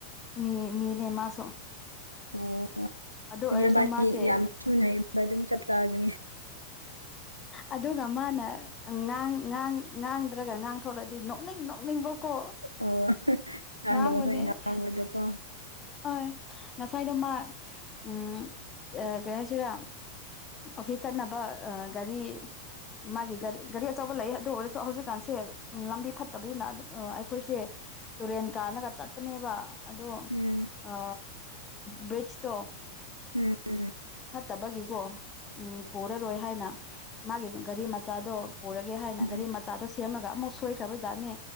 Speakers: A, on the left; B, on the right.
A: ꯃꯤ ꯃꯤꯅꯦ ꯃꯥꯁꯨ
B: ꯑꯣ
A: ꯑꯗꯨ ꯑꯣꯏꯔꯁꯨ
B: ꯕꯥꯅꯤ
A: ꯃꯥꯁꯦ
B: ꯌꯥꯝ ꯊꯨꯅꯩ ꯑꯗꯨꯝ ꯆꯞ ꯆꯥꯒꯅꯤ
A: ꯑꯗꯨꯒ ꯃꯥꯅ ꯉꯥꯡ ꯉꯥꯡ ꯉꯥꯡꯗ꯭ꯔꯒ ꯉꯥꯡꯊꯣꯛꯂꯗꯤ ꯅꯣꯛꯅꯤꯡ ꯅꯣꯛꯅꯤꯡꯕꯀꯣ
B: ꯑꯣ ꯉꯥꯡꯗꯕꯈꯣꯏ
A: ꯉꯥꯡꯕꯅꯦ
B: ꯉꯥꯡꯕꯗꯣꯀꯣ
A: ꯍꯣꯏ ꯉꯁꯥꯏꯗꯣ ꯃꯥ ꯎꯝ ꯀꯩ ꯍꯥꯏꯁꯤꯔꯥ ꯑꯣꯐꯤꯁ ꯆꯠꯅꯕ ꯒꯥꯔꯤ ꯃꯥꯒꯤ ꯒꯥꯔꯤ ꯒꯥꯔꯤ ꯑꯆꯧꯕ ꯂꯩ ꯑꯗꯨ ꯑꯣꯏꯔꯁꯨ ꯍꯧꯖꯤꯛꯀꯥꯟꯁꯦ ꯎꯝ ꯂꯝꯕꯤ ꯐꯠꯇꯕꯗꯨꯅ ꯑꯗꯨ ꯑꯩꯈꯣꯏꯁꯦ ꯇꯨꯔꯦꯟ ꯀꯥꯟꯂꯒ ꯆꯠꯄꯅꯦꯕ ꯑꯗꯣ
B: ꯎꯝ
A: ꯑ ꯕ꯭ꯔꯤꯖꯇꯣ
B: ꯎꯝ
A: ꯐꯠꯇꯕꯒꯤꯀꯣ ꯎꯝ ꯄꯨꯔꯔꯣꯏ ꯍꯥꯏꯅ ꯃꯥꯒꯤ ꯒꯥꯔꯤ ꯃꯆꯥꯗꯣ ꯄꯨꯔꯒꯦ ꯍꯥꯏꯅ
B: ꯎꯝ
A: ꯒꯥꯔꯤ ꯃꯆꯥꯗꯣ ꯁꯦꯝꯃꯒ ꯑꯃꯨꯛ ꯁꯣꯏꯈ꯭ꯔꯕ ꯖꯥꯠꯅꯦ